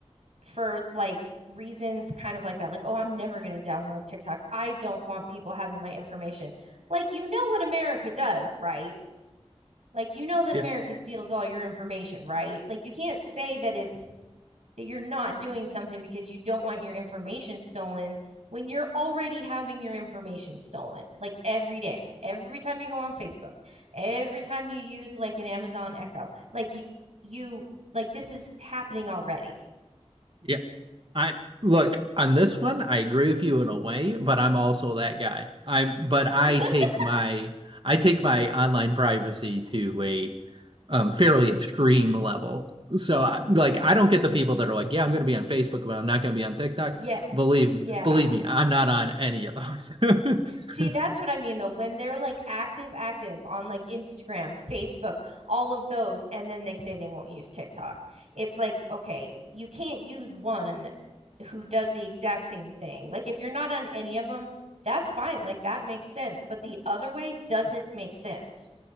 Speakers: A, on the right; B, on the right.
A: for like reasons kind of like that. Like, oh, I'm never going to download TikTok. I don't want people having my information. Like, you know what America does, right? Like, you know that
B: Yeah.
A: America steals all your information, right? Like, you can't say that it's that you're not doing something because you don't want your information stolen when you're already having your information stolen like every day every time you go on facebook every time you use like an amazon echo like you you like this is happening already
B: Yeah. I look on this one, I agree with you in a way, but I'm also that guy. I'm but I
A: <laughs>
B: take my I take my online privacy to a um, fairly extreme level. So I, like I don't get the people that are like, yeah, I'm gonna be on Facebook, but I'm not gonna be on TikTok.
A: yeah
B: Believe
A: yeah
B: believe me, I'm not on any of those.
A: See,
B: <laughs>
A: that's what I mean though. When they're like active, active on like Instagram, Facebook, all of those, and then they say they won't use TikTok. It's like, okay, you can't use one who does the exact same thing. Like if you're not on any of them, that's fine. Like that makes sense. But the other way doesn't make sense.